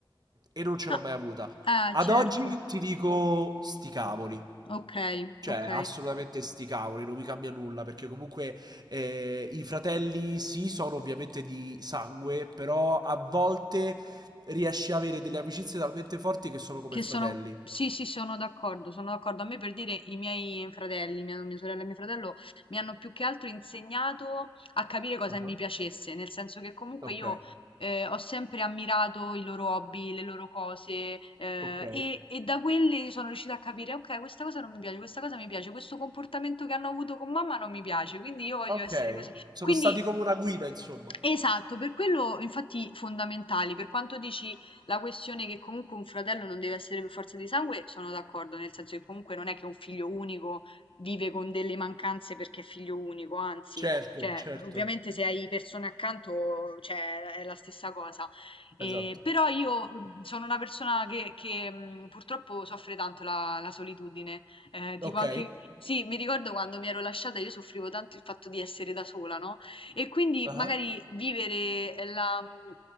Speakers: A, on the right (about 50°); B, on the left (about 80°).
A: e non ce
B: No,
A: l'ho mai avuta.
B: eh,
A: Ad
B: certo.
A: oggi ti dico sti cavoli.
B: Ok,
A: Cioè,
B: ok.
A: assolutamente sti cavoli, non mi cambia nulla, perché comunque eh, i fratelli sì, sono ovviamente di sangue, però a volte riesci a avere delle amicizie talmente forti che sono come
B: Che
A: fratelli.
B: sono sì, sì, sono d'accordo, sono d'accordo. A me per dire i miei fratelli, mia, mia sorella e mio fratello, mi hanno più che altro insegnato a capire cosa
A: Ah,
B: mi piacesse, nel senso che comunque
A: Ok.
B: io eh, ho sempre ammirato i loro hobby, le loro cose, eh,
A: Ok.
B: e, e da quelle sono riuscita a capire, ok, questa cosa non mi piace, questa cosa mi piace, questo comportamento che hanno avuto con mamma non mi piace, quindi io voglio
A: Ok,
B: essere così.
A: sono
B: Quindi,
A: stati come una guida, insomma.
B: esatto, per quello infatti fondamentali, per quanto dici la questione che comunque un fratello non deve essere per forza di sangue, sono d'accordo, nel senso che comunque non è che un figlio unico vive con delle mancanze perché è figlio unico, anzi,
A: Certo,
B: cioè,
A: certo,
B: ovviamente se hai persone accanto, cioè, è la stessa cosa. Eh,
A: esatto.
B: però io sono una persona che, che, mh, purtroppo soffre tanto la, la solitudine. Eh, tipo
A: Ok.
B: anche, sì, mi ricordo quando mi ero lasciata, io soffrivo tanto il fatto di essere da sola, no? E quindi
A: Ah-ah.
B: magari vivere la- mm,